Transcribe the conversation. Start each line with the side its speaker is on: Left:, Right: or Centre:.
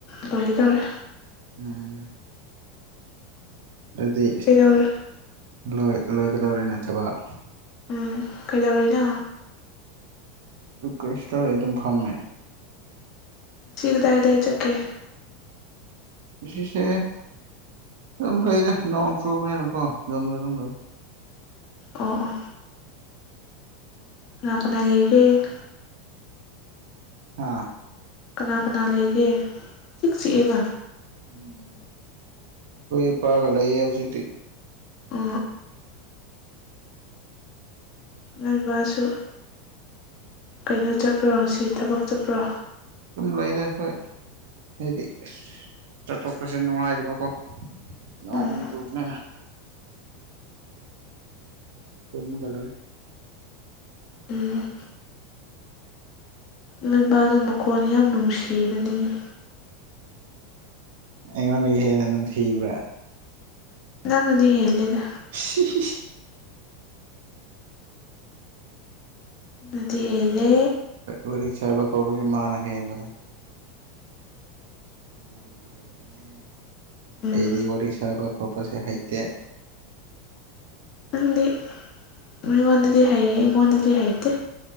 Left: ꯂꯣꯏꯒꯗꯧꯔꯦ
Right: ꯎꯝ ꯑꯗꯨꯗꯤ
Left: ꯀꯩꯗꯧꯔꯦ
Right: ꯂꯣꯏ ꯂꯣꯏꯒꯗꯧꯔꯤꯅꯦ ꯊꯕꯛ
Left: ꯎꯝ ꯀꯩꯗꯧꯔꯤꯅꯣ
Right: ꯀꯣꯏꯁꯣꯦ ꯑꯗꯨꯝ ꯐꯝꯃꯦ
Left: ꯁꯤꯤꯒꯗꯥꯏꯗꯏ ꯆꯀꯦ
Right: ꯏꯁꯦ ꯂꯝ ꯂꯩꯩꯗ ꯅꯣꯡ ꯆꯨꯕꯅꯦꯅꯀꯣ ꯌꯨꯝꯒ ꯂꯨꯝꯒ
Left: ꯑꯣ ꯑꯣ ꯂꯥꯛꯅ ꯂꯩꯒꯦ
Right: ꯑꯥ
Left: ꯀꯅꯥ ꯀꯅꯥ ꯂꯩꯒꯦ ꯆꯤꯛꯁꯤꯤꯛꯑꯦꯅ
Right: ꯎꯝ ꯍꯈꯣꯏ ꯄꯥꯒ ꯂꯩꯌꯦ ꯍꯧꯖꯤꯛꯇꯤ
Left: ꯎ ꯅꯣꯏ ꯕꯥ ꯁꯨ ꯀꯩꯅꯣ ꯆꯠꯄ꯭ꯔꯣ ꯉꯁꯤ ꯊꯕꯛ ꯆꯠꯄ꯭ꯔꯣ
Right: ꯑꯗꯨꯝ ꯂꯩꯗ ꯑꯩꯈꯣꯏ ꯍꯥꯏꯗꯤ ꯆꯠꯊꯣꯛ ꯆꯠꯁꯤꯟ ꯅꯨꯡꯉꯥꯏꯇꯥꯕꯀꯣ ꯅꯣꯡ
Left: ꯎꯝ
Right: ꯆꯨꯕꯅꯦꯅ ꯇꯨꯝꯃꯒꯥ ꯂꯩ
Left: ꯎꯝ ꯅꯣꯏ ꯕꯥ ꯗꯣ ꯃꯈꯣꯟ ꯌꯥꯝ ꯅꯨꯡꯁꯤꯕꯅꯤꯅꯦ
Right: ꯑꯩꯉꯣꯟꯗꯒꯤ ꯍꯦꯟꯅ ꯅꯨꯡꯁꯤꯕ꯭ꯔꯥ
Left: ꯅꯪꯅꯗꯤ ꯍꯦꯜꯂꯦꯗ
Right: ꯎ
Left: ꯅꯗꯤ ꯍꯦꯂꯦ
Right: ꯋꯥꯔꯤ ꯁꯥꯕ ꯈꯣꯠꯄꯁ ꯃꯥꯅ ꯍꯦꯟꯕꯅꯦ ꯑꯩꯉꯣꯟꯗꯒꯤ ꯍꯦꯟꯕꯅꯦ
Left: ꯎꯝ
Right: ꯑꯩꯗꯤ ꯋꯥꯔꯤ ꯁꯥꯕ ꯈꯣꯠꯄꯁꯦ ꯍꯩꯇꯦ
Left: ꯅꯪꯗꯤ ꯃꯤꯉꯣꯟꯗꯗꯤ ꯍꯩꯌꯦ ꯑꯩꯉꯣꯟꯗꯗꯤ ꯍꯩꯇꯦ